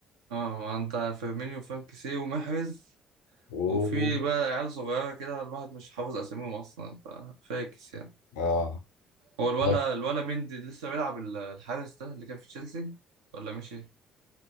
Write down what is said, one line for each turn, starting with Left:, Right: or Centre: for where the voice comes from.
Right: اه انت فيرمينيو وفرنكسي ومحرز
Left: و
Right: وفي بقى عيال صغيرة كده الواحد مش حافظ اساميهم أصلا ففاكس يعني
Left: اه
Right: هو الولا
Left: لا
Right: الولا مندي لسه بيلعب ال- الحارس ده اللي كان في تشيلسي ولا مشي